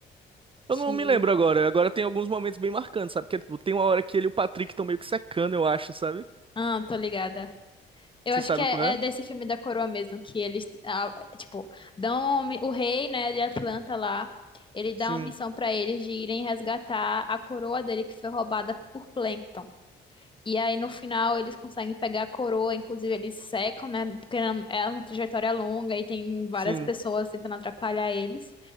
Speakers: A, on the right; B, on the left.
A: Eu
B: que...
A: não me lembro agora. Agora tem alguns momentos bem marcantes, sabe? Porque tipo, tem uma hora que ele e o Patrick estão meio que secando, eu acho, sabe?
B: Ah, tô ligada. Eu
A: Você
B: acho
A: sabe
B: que é,
A: qual é?
B: é desse filme da coroa mesmo, que eles, ah, tipo, dão uma mi- o rei, né, de Atlanta lá, ele dá
A: Sim,
B: uma missão pra eles de irem resgatar a coroa dele que foi roubada por Plankton. E aí, no final, eles conseguem pegar a coroa, inclusive eles secam, né? Porque é uma trajetória longa e tem várias
A: sim.
B: pessoas tentando atrapalhar eles.